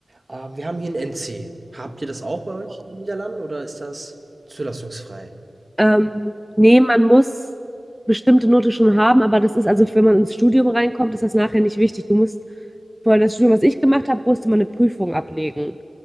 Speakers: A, on the right; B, in the centre.
A: Äh, wir haben hier ein NC. Habt ihr das auch bei euch in den Niederlanden oder ist das zulassungsfrei?
B: Ähm, nee, man muss bestimmte Note schon haben, aber das ist also, wenn man ins Studium reinkommt, ist das nachher nicht wichtig. Du musst vorher das Studium, was ich gemacht habe, musste man eine Prüfung ablegen.